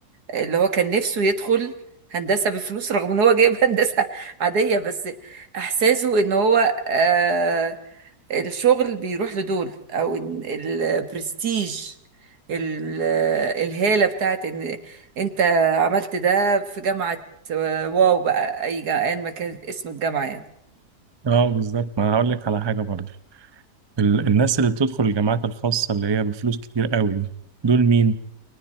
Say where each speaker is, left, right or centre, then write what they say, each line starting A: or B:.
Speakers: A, on the right (about 70°); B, on the right (about 30°).
A: اللي هو كان نفسه يدخل هندسة بفلوس رغم ان هو جايب <laughs> هندسة عادية بس احساسه ان هو آه، الشغل بيروح لدول او إن البرستيج ال- الهالة بتاعت ان انت عملت ده في جامعة واو بقى اي جامعة ايا ما كان اسم الجامعة يعني
B: اه بالظبط ما أنا هقول لك على حاجة برضه ال- الناس اللي بتدخل الجامعات الخاصة اللي هي بفلوس كتير قوي دي، دول مين